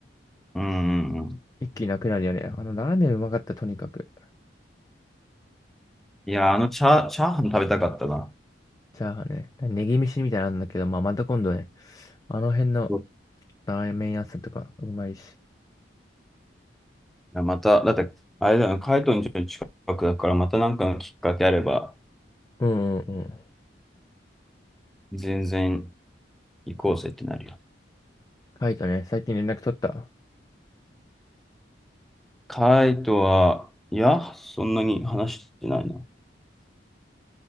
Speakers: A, in the centre; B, on the left.
A: うんうんうん。
B: 一気になくなるよね。あのラーメンうまかった、とにかく。
A: いや、あのチャー、チャーハン食べたかったな。
B: チャーハンね。ネギ飯みたいなのあるんだけど、まあ、また今度ね、あの辺の
A: そう
B: ラーメン屋さんとかうまいし。
A: いやまた、だって、あれだよねカイトの家の近くだから、またなんかのきっかけあれば、
B: うんうんうん。
A: 全然行こうぜってなるよね。
B: カイトね、最近連絡取った。
A: カイトは、いや、そんなに話してないな。